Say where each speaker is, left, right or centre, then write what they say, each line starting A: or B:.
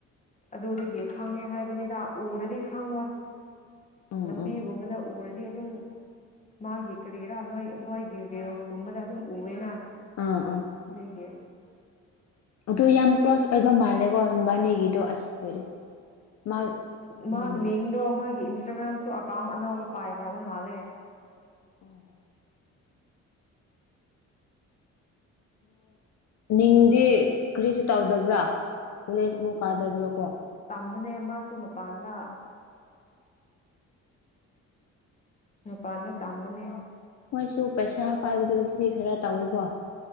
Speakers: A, on the left; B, on the left.
A: ꯑꯗꯨꯗꯒꯤ ꯈꯪꯉꯦ ꯍꯥꯏꯕꯅꯤꯗ ꯎꯔꯗꯤ ꯈꯪꯉꯣꯏ
B: ꯑꯥ
A: ꯂꯝꯕꯤꯒꯨꯝꯕꯗ
B: ꯑꯥ
A: ꯎꯔꯗꯤ ꯗꯤ ꯑꯗꯨꯝ ꯃꯥꯒꯤ ꯀꯔꯤꯔꯥ ꯅꯣꯏ ꯃꯣꯏꯒꯤ ꯔꯤꯜꯁꯀꯨꯝꯕꯗ ꯑꯗꯨꯝ ꯎꯋꯦꯅ
B: ꯑꯥ
A: ꯗꯒꯦ
B: ꯑꯗꯨ ꯌꯥꯝ ꯀ꯭ꯂꯣꯁ ꯑꯣꯏꯕ ꯃꯥꯜꯂꯦꯀꯣꯕꯥꯅꯦꯒꯤꯗꯣ ꯑꯁ ꯂꯣꯏꯔꯦ ꯃꯥ
A: ꯃꯥ
B: ꯎꯝ
A: ꯅꯗꯣꯒꯤ ꯏꯟꯁꯇꯥꯒ꯭ꯔꯥꯝꯁꯨ ꯑꯦꯀꯥꯎꯟ ꯑꯅꯥꯕ ꯄꯥꯏꯈ꯭ꯔꯕ ꯃꯥꯜꯂꯦ
B: ꯑꯣ ꯃꯥꯗꯦ ꯀꯔꯤꯁꯨ ꯇꯧꯗꯕ꯭ꯔꯥ ꯀꯣꯂꯦꯖ ꯑꯃꯨꯛ ꯀꯥꯗꯕ꯭ꯔꯥ ꯀꯣ
A: ꯑꯃꯅꯦ ꯑꯁꯨ ꯃꯄꯥꯟꯗꯥ ꯃꯄꯥꯟꯗ ꯇꯝꯕꯅꯦ
B: ꯃꯣꯏꯁꯨꯨ ꯄꯩꯁꯥ ꯄꯥꯏꯗ ꯑꯗꯨꯗꯤ ꯈꯔ ꯇꯧꯋꯦꯀꯣ